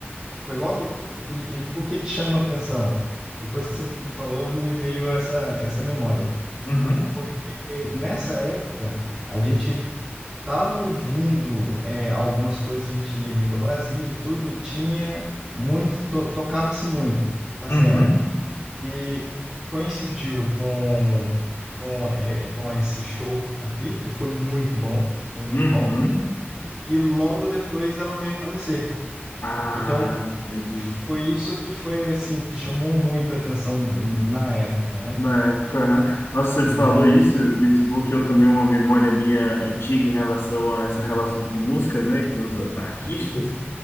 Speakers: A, on the right (about 15°); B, on the left (about 65°).
A: Foi logo, foi- e, e por que que chama atenção? Depois que você me falou, me veio essa, essa memória.
B: uhum,
A: Porque nessa época, a gente Tava ouvindo é, algumas coisas, a gente ia muito a barzinho e tudo, e tinha muito, to- tocava-se muito, Cassiela.
B: uhum.
A: E coincidiu com, com, é, é, com esse show aqui, que foi muito bom, foi muito
B: Uhum.
A: bom, e logo depois ela veio a falecer.
B: Ah,
A: Então
B: entendi.
A: foi isso que foi assim, que chamou muita atenção na época, né?
B: Na época, aham. nossa, você falou
A: E,
B: isso, me desbloqueou também uma memória minha antiga em relação a essa relação com música, né, com os artistas.
A: e